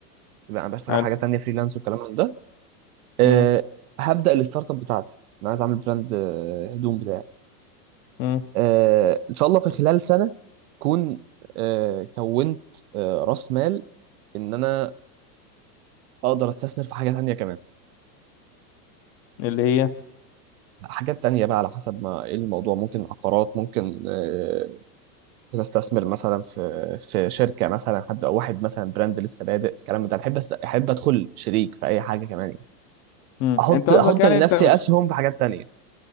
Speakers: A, on the right; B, on the left.
A: يبقى انا بشتغل
B: حلو
A: حاجات تانية فريلانس والكلام من ده آه،
B: مم.
A: هبدا الستارت اب بتاعتي انا عايز اعمل براند آه، هدوم بتاعي
B: مم.
A: آه، ان شاء الله في خلال سنه اكون آه، كونت آه، راس مال ان انا اقدر استثمر في حاجه تانية كمان
B: اللي هي
A: حاجات تانية بقى على حسب ما ايه الموضوع ممكن عقارات ممكن آه، بستثمر مثلا في في شركه مثلا حد او واحد مثلا براند لسه بادئ في الكلام ده بحب أست... احب ادخل شريك في اي حاجه كمان يعني
B: مم.
A: احط
B: انت قصدك
A: احط
B: يعني
A: لنفسي
B: انت مش
A: اسهم في حاجات تانية